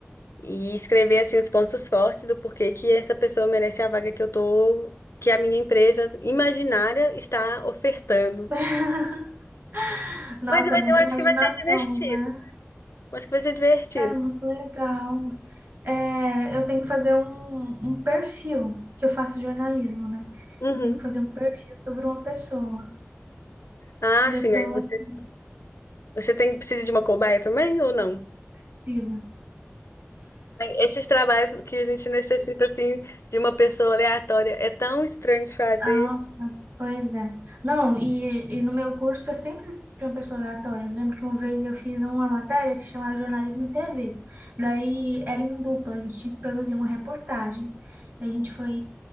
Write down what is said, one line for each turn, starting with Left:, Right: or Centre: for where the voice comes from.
Left: e escrever assim os pontos fortes do porquê que essa pessoa merece a vaga que eu tô, que a minha empresa imaginária está ofertando.
Right: <laughs> Nossa,
Left: Mas vai-
Right: é muita
Left: eu acho
Right: imaginação,
Left: que vai ser divertido.
Right: né?
Left: Eu Acho que vai ser divertido.
Right: É muito legal. É, eu tenho que fazer um, um perfil, que eu faço jornalismo, né?
Left: Uhum.
Right: Eu tenho que fazer um perfil sobre uma pessoa.
Left: Ah,
Right: E eu
Left: sim,
Right: tô
Left: aí você,
Right: assim,
Left: você tem, precisa de uma cobaia também ou não?
Right: preciso.
Left: Esses trabalhos que a gente necessita, assim, de uma pessoa aleatória, é tão estranho de fazer.
Right: Nossa, pois é. Não, e, e no meu curso eu sempre de uma pessoa aleatória. Eu lembro que uma vez eu fiz uma matéria que chamava Jornalismo em TV. Daí era em dupla, a gente tinha que produzir uma reportagem. E a gente foi.